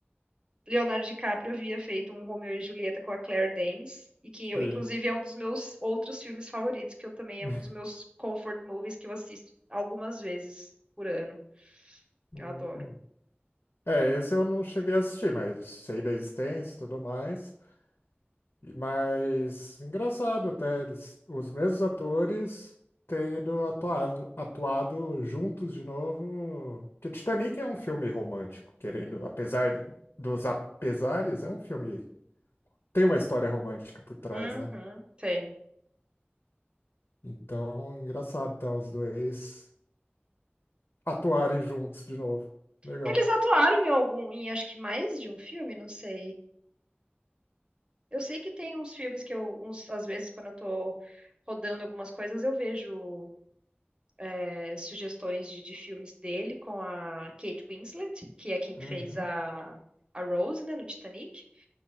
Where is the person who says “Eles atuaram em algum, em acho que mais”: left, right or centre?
Right